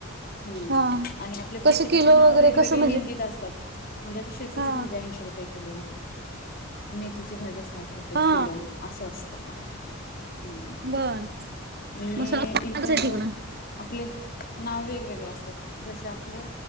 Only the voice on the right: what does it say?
हा
कसं
किलो
वगैरे
कसं म्हणजे
हा
हा
बर
मसाला महागच
आहे तिकडं